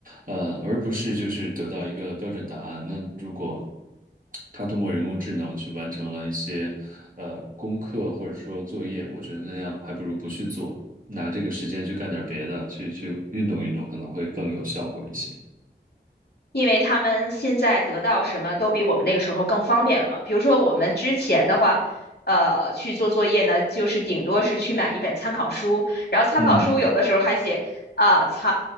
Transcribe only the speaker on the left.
因为他们现在得到什么都比我们那个时候更方便了嘛。比如说我们之前的话，呃，去做作业呢，就是顶多是去买一本参考书，然后参考书有的时候还写。
啊，参